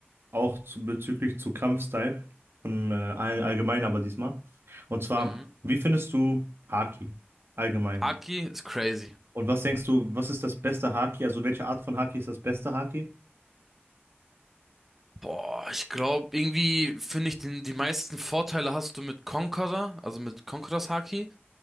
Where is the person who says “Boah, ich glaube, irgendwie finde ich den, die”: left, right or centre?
Centre